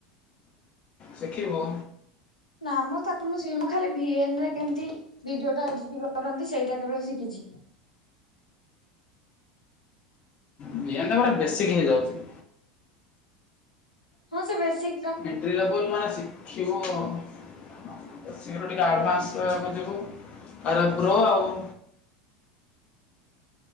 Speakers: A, on the left; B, on the left.
A: ଶିଖିବୁ।
B: ନା ମଁ ତାକୁ ମୁଁ ମୁଁ ଖାଲି ଭିଏନ ରେ କେମତି ଭିଡିଓ ଟା ଏଡିଟି କରନ୍ତି ସେଇଟା କେବଳ ଶିଖିଚି।
A: ଭିଏନ ଟା ପୁରା ବେଶିକ ହେଇଯାଉଚି।
B: ହଁ ସେ ବେଶୀ
A: ଏଣ୍ଟବ ଦବୁନୁ ମାନେ ଶିଖିବ ଅ ଶୀଘ୍ର ଟିକେ ଆଡଭାନ୍ସ ତାକୁ ଯିବୁ ତା ପରେ ପ୍ରୋ ଆଉ।